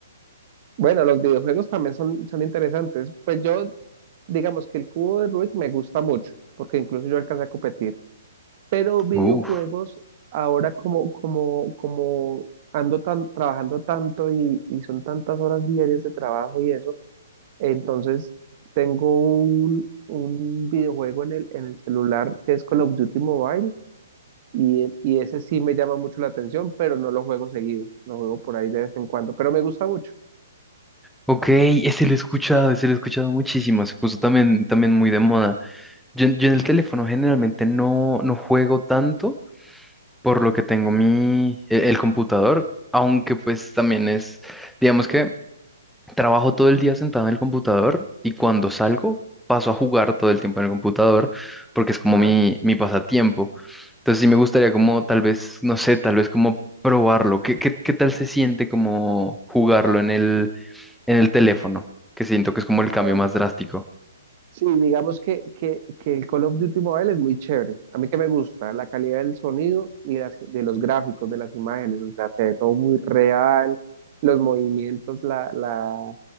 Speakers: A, on the right (about 40°); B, in the centre.
A: Bueno, los videojuegos también son, son interesantes. Pues yo, digamos que el cubo de Rubik me gusta mucho, porque incluso yo alcancé a competir. pero videojuegos
B: Uf,
A: ahora como, como, como ando tan, trabajando tanto y, y son tantas horas diarias de trabajo y eso, entonces tengo un, un videojuego en el, en el celular que es Call of Duty Mobile y, y ese sí me llama mucho la atención, pero no lo juego seguido, lo juego por ahí de vez en cuando, pero me gusta mucho.
B: ok, ese lo he escuchado, ese lo he escuchado muchísimo, se puso también, también muy de moda. Yo, en yo en el teléfono generalmente no, no juego tanto, por lo que tengo mi, e- el, computador, aunque pues también es, digamos que trabajo todo el día sentado en el computador y cuando salgo paso a jugar todo el tiempo en el computador porque es como
A: Ajá.
B: mi, mi pasatiempo. Entonces sí me gustaría como tal vez, no sé, tal vez como probarlo. ¿Qué, qué, qué tal se siente como jugarlo en el en el teléfono, que siento que es como el cambio
A: Bueno,
B: más drástico.
A: Sí, digamos que, que, que el Call of Duty Mobile es muy chévere. A mí que me gusta la calidad del sonido y las- de los gráficos, de las imágenes. O sea, se ve todo muy real, los movimientos, la, la,